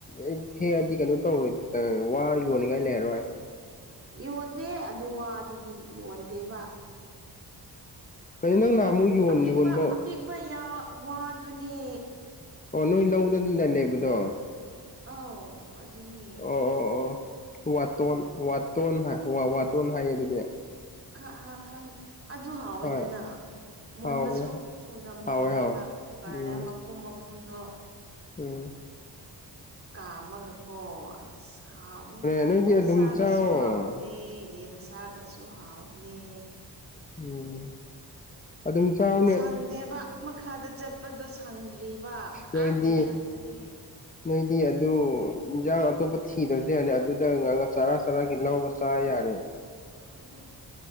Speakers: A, on the left; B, on the right.
A: ꯑꯦ ꯍꯦꯛꯑꯗꯤ ꯀꯩꯅꯣ ꯇꯧꯔꯣꯏ ꯋꯥ ꯌꯣꯟꯅꯤꯡꯉꯥꯏ ꯂꯩꯔꯔꯣꯏ
B: ꯌꯣꯟꯗꯦ ꯑꯗꯨ ꯋꯥꯗꯨꯗꯤ ꯌꯣꯟꯗꯦꯕ
A: ꯀꯩꯅꯣ ꯅꯪ ꯅꯍꯥꯟꯃꯨꯛ ꯌꯣꯟ
B: ꯑꯄꯤꯛꯄ
A: ꯌꯣꯟꯕ
B: ꯑꯄꯤꯛꯄ ꯌꯥꯎ ꯋꯥꯗꯨꯅꯦ
A: ꯑꯣ ꯅꯣꯏ ꯂꯧꯗ ꯂꯂꯩꯕꯗꯣ
B: ꯑꯥꯎ ꯑꯗꯨꯅꯦ
A: ꯑꯣ ꯑꯣ ꯋꯥꯇꯣꯟ ꯋꯥꯇꯣꯟ ꯍꯥꯏ ꯋꯥ ꯋꯥꯇꯣꯟ ꯍꯥꯏꯌꯦ ꯑꯗꯨꯗꯤ
B: ꯈ ꯍꯥꯥ ꯈꯪ ꯑꯗꯨ ꯍꯥꯎꯋꯤꯗꯅ
A: ꯍꯣꯏ
B: ꯃꯨꯟꯕꯁꯨ
A: ꯍꯥꯎꯕꯅꯦ
B: ꯊꯨꯅ ꯃꯨꯜꯂꯦꯕ
A: ꯍꯥꯎꯋꯦ ꯍꯥꯎꯋꯦ
B: ꯀꯨꯀꯔꯗ
A: ꯎꯝ
B: ꯃꯄꯨꯝ ꯃꯄꯨꯝꯗꯣ
A: ꯎꯝ
B: ꯀꯥꯝꯃꯒꯀꯣ ꯑꯁ ꯍꯥꯎꯕꯅꯦ
A: ꯅꯣꯏꯗꯤ
B: ꯑꯣꯛꯁꯥꯒꯁꯨ
A: ꯑꯗꯨꯝ ꯆꯥꯎꯋꯣ
B: ꯍꯥꯎꯕꯅꯦ ꯌꯦꯟ ꯁꯥꯒꯁꯨ ꯍꯥꯎꯕꯅꯦ
A: ꯎꯝ ꯑꯗꯨꯝ ꯆꯥ
B: ꯁꯪꯗꯦꯕ ꯃꯈꯥꯗ ꯆꯠꯄꯗꯣ ꯁꯪꯗ꯭ꯔꯤꯕ ꯀꯥꯡꯅ
A: ꯅꯣꯏꯗꯤ
B: ꯌꯥꯝꯕꯅꯦ
A: ꯅꯣꯏꯗꯤ ꯑꯗꯨ ꯏꯟꯖꯥꯡ ꯑꯇꯣꯞꯄ ꯊꯤꯗ꯭ꯔꯁꯨ ꯌꯥꯅꯤ ꯑꯗꯨꯗ ꯉ ꯆꯔꯥ ꯆꯔꯥꯒꯤ ꯂꯧꯕ ꯆꯥ ꯌꯥꯔꯦ
B: ꯎꯝ ꯑꯗꯨ